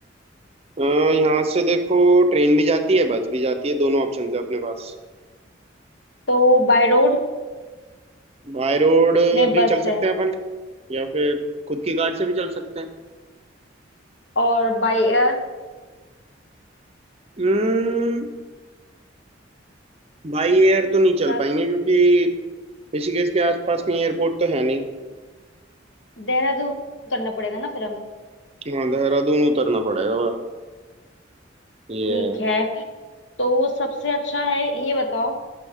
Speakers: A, on the right; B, on the left.
A: अ, यहाँ से देखो ट्रेन भी जाती है बस भी जाती है दोनों ऑप्शन है अपने पास
B: तो बाय रोड
A: बाय रोड
B: में
A: भी
B: बस
A: चल सकते
B: है
A: हैं अपन या फिर खुद की कार से भी चल सकते हैं
B: और बाय एयर
A: हम्म बाई एयर तो नहीं चल
B: या
A: पाएंगे क्योंकि ऋषिकेश के आसपास कहीं एयरपोर्ट तो है नहीं
B: देहरादून करना पड़ेगा ना फिर हमें
A: हाँ देहरादून उतरना पड़ेगा वह ये
B: ठीक है तो सबसे अच्छा है ये बताओ